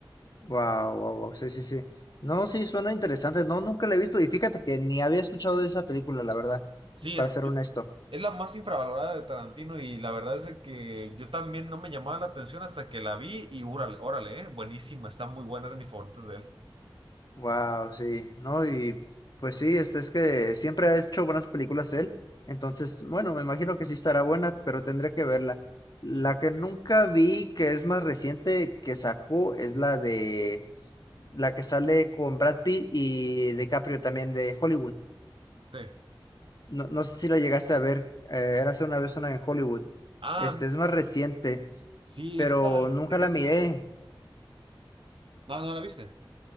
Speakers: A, on the left; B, on the right.
A: Wow, wow, wow. Sí, sí, sí. No, sí, suena interesante. No, nunca la he visto y fíjate que ni había escuchado de esa película, la verdad,
B: Sí,
A: para
B: es,
A: ser
B: yo-
A: honesto.
B: es la más infravalorada de Tarantino y la verdad es de que yo también no me llamaba la atención hasta que la vi y órale, órale, eh, buenísima, está muy buena, es de mis favoritos de él.
A: Wow, sí. No, y pues sí, este es que siempre ha hecho buenas películas él. Entonces, bueno, me imagino que sí estará buena, pero tendré que verla. La
B: Ujú.
A: que nunca vi, que es más reciente, que sacó, es la de la que sale con Brad Pitt y DiCaprio también de Hollywood.
B: Sí.
A: No, no sé si la llegaste a ver, eh, era hace una vez una en Hollywood.
B: Ah,
A: Este es más reciente,
B: sí,
A: pero
B: esta.
A: nunca
B: ¿De qué
A: la
B: trata?
A: miré.
B: No, no la viste.